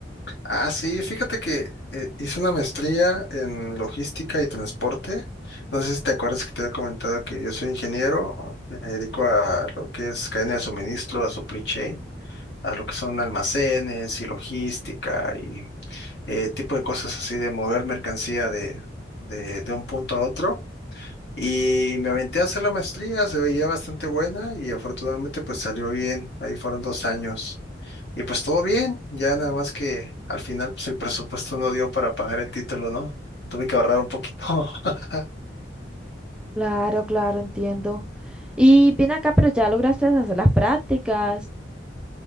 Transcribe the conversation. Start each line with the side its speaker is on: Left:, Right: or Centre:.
Left: Ah, sí, fíjate que eh, hice una maestría en logística y transporte. No sé si te acuerdas que te había comentado que yo soy ingeniero, me dedico a lo que es cadena de suministro, a supply chain, a lo que son almacenes y logística y eh, tipo de cosas así de mover mercancía de, de de un punto a otro. Y me aventé a hacer la maestría, se veía bastante buena y afortunadamente pues salió bien, ahí fueron dos años. Y pues todo bien, ya nada más que al final pues el presupuesto no dio para pagar el título, ¿no? Tuve que ahorrar un poquito. <laughs>
Centre: Claro, claro, entiendo. Y ven acá, pero ya lograste hacer las prácticas.